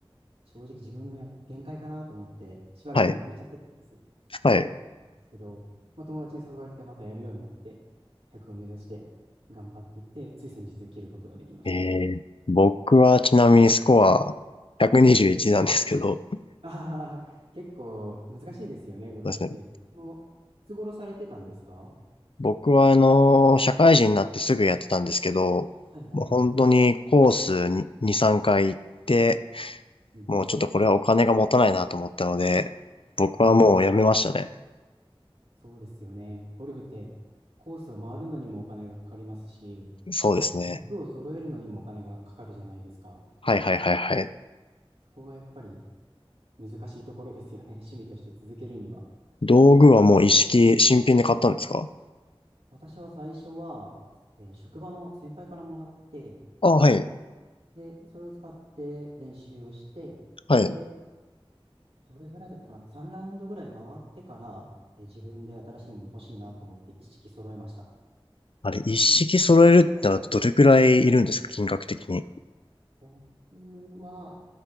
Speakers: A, on the right; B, on the left.
A: 正直自分のや限界かなと思って、しばらくやめちゃってたんです。
B: はい。はい。
A: ですけど、まあ、友達に誘われてまたやるようになって、100を目指して頑張っていって、つい先日切ることができました。
B: えー、僕はちなみにスコア121なんですけど、そ
A: ああ、結構難しいですよね、ゴルフって。
B: うですね。
A: そのいつ頃されてたんですかは
B: 僕はあの、社会人になってすぐやってたんですけど、
A: いはいはい。
B: もう本当にコースに2、3回行って、
A: うん
B: もうちょっとこれはお金が持たないなと思ったので、僕はもうやめましたね。
A: そうですよね。ゴルフってコースを回るのにもお金がかかりますし、
B: そうですね。
A: あと道具を揃えるのにもお金がかかるじゃないですか。
B: はいはいはいはい。
A: そこがやっぱり難しいところですよね。<laughs> 趣味として続けるには。
B: 道具はもう一式新品で買ったんですか
A: 私は最初は、えー職場の先輩からもらって、
B: あ、はい。
A: で、それを使って練習をして、
B: はい。
A: で、どれぐらいだったかな ?3 ラウンドぐらい回ってから、えー自分で新しいもの欲しいなと思って一式揃えました。
B: あれ、一式揃えるってならどれくらいいるんですか金額的に。
A: 僕は、